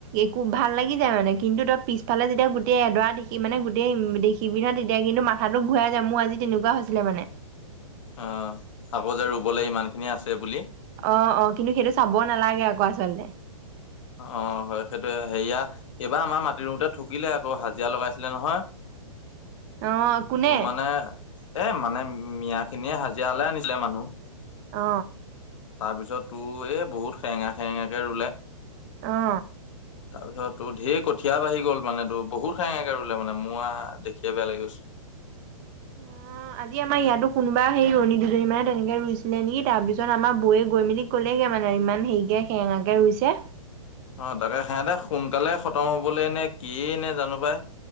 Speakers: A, on the right (about 35°); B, on the left (about 60°).
A: একো ভাল লাগি যায় মানে কিন্তু তই পিছফালে যেতিয়া গোটেই এডৰা দেখি মানে গোটেই দেখি কিবি ন তেতিয়া কিন্তু মাথাটো ঘূৰাই যায় মো আজি তেনেকুৱা হৈছিলে মানে
B: অ আকৌ যে ৰুবলে ইমানখিনি আছে বুলি
A: অ অ কিন্তু সেইটো চাব নালাগে আকৌ আচলতে
B: অ হয় সেইটোয়ে হেইয়া এইবাৰ আমাৰ মাটি ৰুওতে ঠগিলে আকৌ হা জীয়া লগাইছিলে নহয়
A: অ কোনে
B: তোৰ মানে এ মানে মিয়া খিনিয়ে হাজিয়ালে আনিছিলে মানুহ
A: অ
B: তাৰপিছত তোৰ এই বহুত সেৰেঙা সেৰেঙাকে ৰুলে
A: অ
B: তাৰপিছত তোৰ ধেৰ কঠীয়া বাঢ়ি গল মানে তোৰ বহুত সেৰেঙা কে ৰুলে মানে মো আ দেখিয়ে বেয়া লাগি গৈছে
A: অ অ আজি আমাৰ ইয়াতো কোনোবা সেই ৰুৱনী দুজনী মানে তেনেকে ৰুইছিলে নেকি তাৰ পিছত আমাৰ বৌয়ে গৈ মেলি কলেগে মানে ইমান হেৰিকে সেৰেঙাকে ৰুইছে
B: অ তাকে সেহঁতে সোনকালে খতম হ'বলৈ নে কিয়ে নে জানো পাই